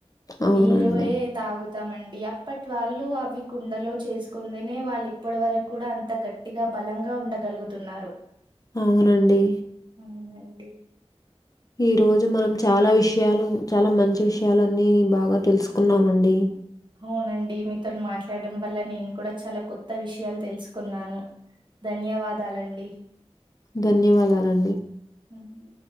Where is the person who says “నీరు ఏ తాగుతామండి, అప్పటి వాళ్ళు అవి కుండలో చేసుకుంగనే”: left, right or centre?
Right